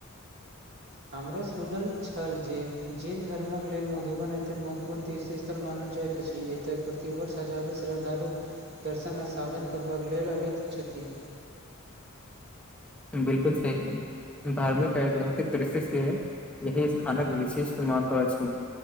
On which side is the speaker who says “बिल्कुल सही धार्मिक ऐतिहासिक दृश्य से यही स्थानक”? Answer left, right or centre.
Centre